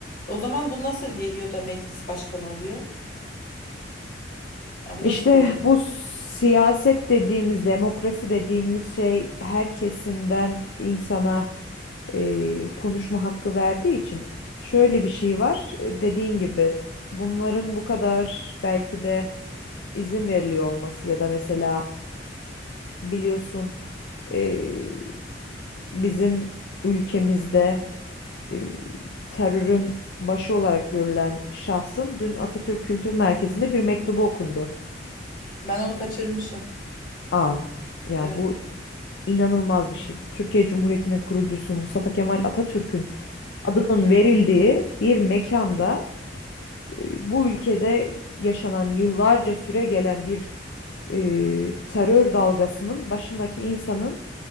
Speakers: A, on the left; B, on the left.
A: o zaman bu nasıl geliyor da meclis başkanı oluyor? Ya bu
B: İşte
A: da bir sorun
B: bu siyaset dediğimiz, demokrasi dediğimiz şey her kesimden insana e, konuşma hakkı verdiği için şöyle bir şey var. E, Dediğin gibi bunların bu kadar belki de izin veriliyor olması ya da mesela biliyorsun e, bizim ülkemizde e, terörün başı olarak görülen şahsın dün Atatürk Kültür Merkezi'nde bir mektubu okundu.
A: Ben onu kaçırmışım.
B: Ah, yani
A: Evet.
B: bu inanılmaz bir şeydi. Türkiye Cumhuriyeti'nin kurucusu Mustafa Kemal Atatürk'ün adının verildiği bir mekanda e, bu ülkede yaşanan yıllarca süre gelen bir e, terör dalgasının başındaki insanın